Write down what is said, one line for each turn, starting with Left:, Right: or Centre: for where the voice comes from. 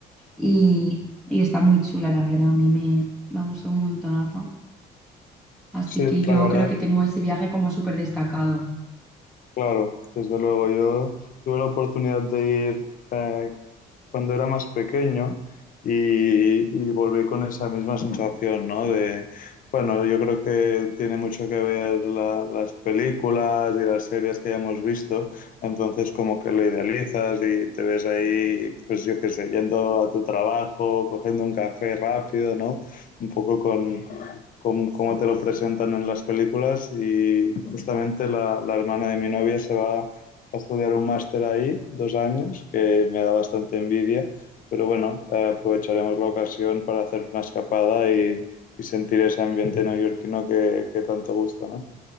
Centre: y, y está muy chula, la verdad, a mí me, me gustó un montonazo. Así
Left: sí,
Centre: que yo
Left: la verdad
Centre: creo que tengo ese viaje como súper destacado.
Left: Claro, desde luego. Yo tuve la oportunidad de ir eh, cuando era más pequeño y, y volví con esa misma sensación, ¿no? De, bueno, yo creo que tiene mucho que ver la- las películas y las series que hayamos visto, entonces como que lo idealizas y te ves ahí, pues yo qué sé, yendo a tu trabajo, cogiendo un café rápido, ¿no? Un poco con, cómo,
Centre: <laughs>
Left: cómo te
Centre: sí.
Left: lo presentan en las películas y justamente la, la hermana de mi novia se va a estudiar un máster ahí, dos años, que me da bastante envidia, pero bueno, eh, aprovecharemos la ocasión para hacer una escapada y, y sentir ese ambiente neoyorquino que, que tanto gusta, ¿no?